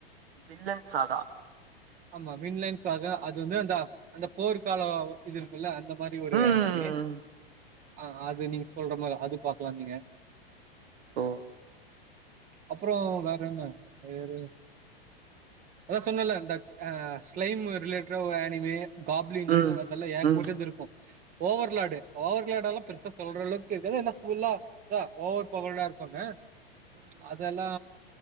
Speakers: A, on the right; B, on the right.
A: பில்லன் சாதா
B: ஆமா பின்லன் சாதா ஆ அது வந்து அந்த அந்த போர்க்கால இது இருக்குல்ல அந்த மாரி ஒரு
A: ம்
B: அனிமி ஆ அது நீங்க சொல்ற மா அது பாக்கலா நீங்க
A: ஓ
B: அப்றோ வேற என்ன வேற அதா சொன்னல்ல இந்த ஆ ஸ்லைம் ரிலேட்டறா ஒரு அனிமி காப்லினு
A: ம்
B: அதெல்லா ஏகபட்டது
A: ம் ம்
B: இருக்கு ஓவர்லாடு ஓவர்லாடு எல்லா பெருசா சொல்ற அளவுக்கு இருக்காது என்ன ஃபுல்லா ஓவர் பவர்ரா இருக்குனு அதெல்லா